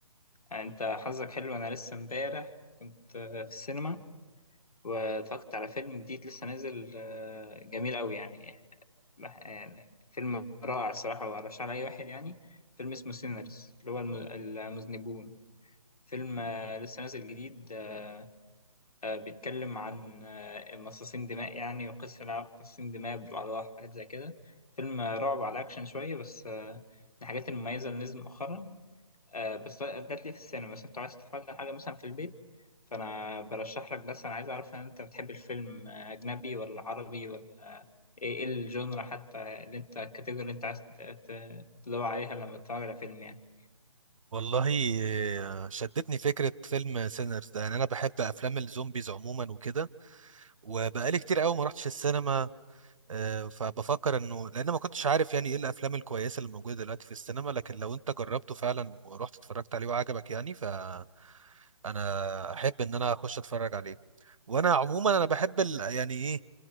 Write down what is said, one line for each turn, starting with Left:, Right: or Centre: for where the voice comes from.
Left: انت حظك حلو انا لسه امبارح كنت في السينما واتفرجت على فيلم جديد لسه نازل آه، جميل قوي يعني بح- يعني فيلم رائع الصراحة وأرشحه لأي واحد يعني فيلم اسمه سينرز اللي هو الم- المذنبون فيلم آه، لسه نازل جديد آه، آه، بيتكلم عن آه، مصاصين دماء يعني وقصة لعب مصاصين دماء بالأعضاء حاجات زي كده فيلم آه، رعب على أكشن شوية بس آه، من الحاجات المميزة اللي نزل مؤخرا آه، بس ده ليه في السينما مثلا انت عايز تتفرج على حاجة مثلا في البيت فأنا برشح لك بس أنا عايز أعرف إن أنت بتحب الفيلم آه، أجنبي ولا عربي ولا إيه إيه الجونرا حتى اللي أنت الكاتيجوري اللي أنت عايز ت- ت- تدور عليها لما تتفرج على فيلم يعني
Right: والله شدتني فكرة فيلم سينرز ده يعني انا بحب افلام الزومبيز عموما وكده وبقالي كتير قوي ما رحتش السينما آه، فبفكر انه لان ما كنتش عارف يعني ايه الافلام الكويسه اللي موجوده دلوقتي في السينما لكن لو انت جربته فعلا ورحت اتفرجت عليه وعجبك يعني فانا احب ان انا اخش اتفرج عليه وانا عموما انا بحب ال... يعني ايه